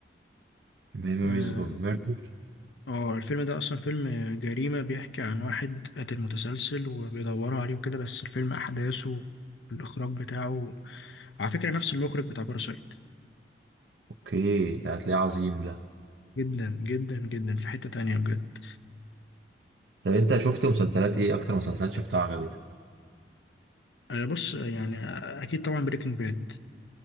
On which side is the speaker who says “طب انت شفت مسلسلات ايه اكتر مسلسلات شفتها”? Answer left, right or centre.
Right